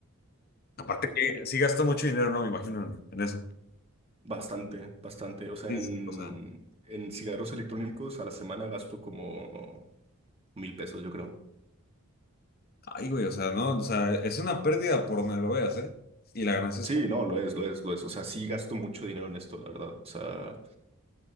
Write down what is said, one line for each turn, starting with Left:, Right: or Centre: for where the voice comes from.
Left: Aparte que sí gasta mucho dinero, ¿no? Me imagino en, en eso.
Right: Bastante, bastante. O sea,
Left: Sí,
Right: en,
Left: sí, o sea,
Right: en cigarros electrónicos a la semana gasto como mil pesos, yo creo.
Left: ay, güey, o sea, no, o sea, es una pérdida por donde lo veas, ¿eh? Y la ganancia es
Right: Sí,
Left: poca.
Right: no, lo es, lo es, lo es. O sea, sí gasto mucho dinero en esto, la verdad. O sea,